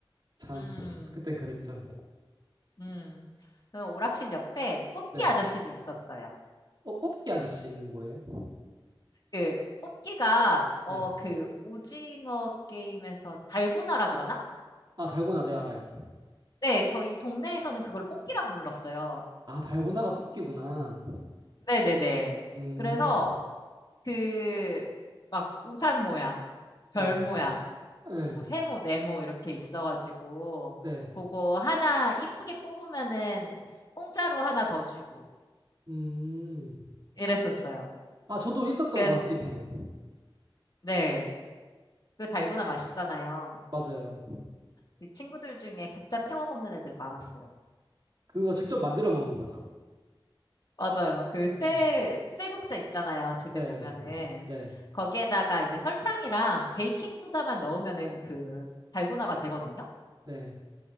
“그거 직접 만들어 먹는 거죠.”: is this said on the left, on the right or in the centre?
Right